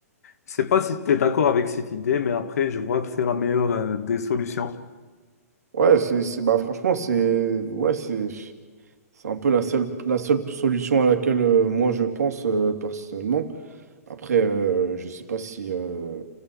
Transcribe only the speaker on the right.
Ouais, c'est, c'est- bah, franchement, c'est ouais, c'est, c'est un peu la seule, la seule solution à laquelle euh, moi je pense euh, personnellement. Après, euh, je sais pas si, euh,